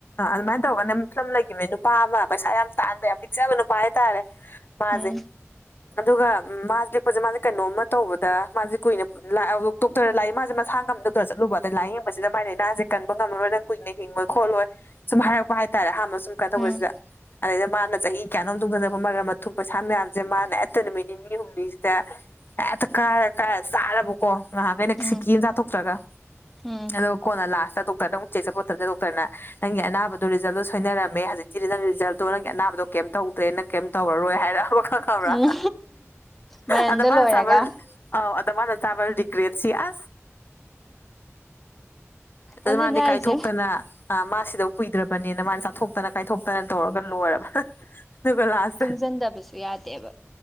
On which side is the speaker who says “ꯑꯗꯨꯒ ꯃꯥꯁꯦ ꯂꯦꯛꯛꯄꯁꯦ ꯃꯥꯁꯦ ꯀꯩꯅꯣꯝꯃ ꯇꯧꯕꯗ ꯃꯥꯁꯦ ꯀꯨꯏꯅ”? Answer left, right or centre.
Left